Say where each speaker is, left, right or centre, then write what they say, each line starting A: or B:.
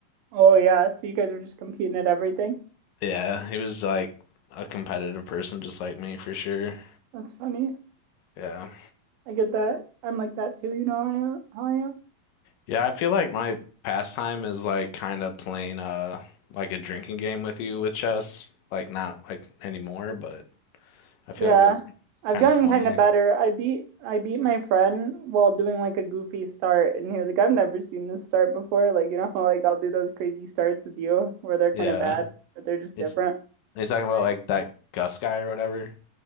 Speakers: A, on the right; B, on the left.
A: Oh yeah, so you guys were just competing at everything.
B: Yeah, he was like a competitive person just like me for sure.
A: That's funny.
B: Yeah.
A: I get that. I'm like that too, you know how I am how I am.
B: Yeah, I feel like my pastime is like kind of playing uh like a drinking game with you with chess. Like not like anymore, but I feel
A: Yeah,
B: like it was
A: I've
B: kind
A: gotten
B: of funny.
A: kind of better. I beat I beat my friend while doing like a goofy start, and he was like, "I've never seen this start before." Like, you know how like I'll do those crazy starts with you where they're
B: Yeah.
A: kind of bad, but they're just
B: It's
A: different.
B: are you talking about
A: Right.
B: like that Gus guy or whatever.